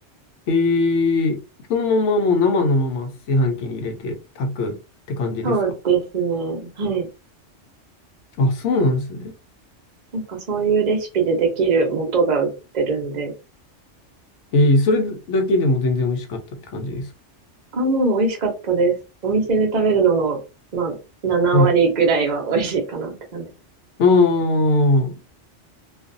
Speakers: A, on the left; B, on the right.
A: い。えー、そのままもう生のまま炊飯器に入れて炊くって感じですか
B: そうですね。はい。
A: あ、そうなんですね。
B: なんかそういうレシピでできる素が売ってるんで。
A: えー、それだけでも全然美味しかったって感じですか
B: あ、もう美味しかったです。お店で食べるのの、まあ、7割ぐらいは美味しいかなって感じ。
A: はい。ああ、